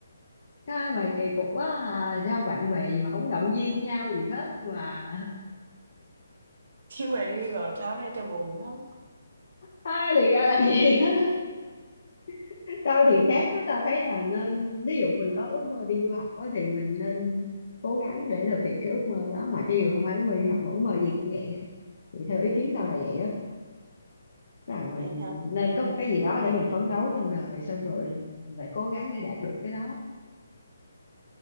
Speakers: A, on the left; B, on the right.
A: Cái mày kỳ cục quá à. sao bạn bè gì mà không động viên nhau gì hết mà
B: <laughs> chứ mà đi rồi tới đây cho buồn lắm.
A: À, thì ra là vậy á. <laughs> tao thì
B: <laughs>
A: khác á tao thấy là nên ví dụ mình có ước mơ đi du học á thì mình nên cố gắng để thực hiện cái ước mơ đó mà cho dù không phải ước mơ đi học mà ước mơ gì cũng vậy á. thì theo ý kiến tao là vậy á Tức là mình
B: Vậy hả?
A: nên có một cái gì đó để mình phấn đấu trong đời xong rồi mình phải cố gắng để đạt được cái đó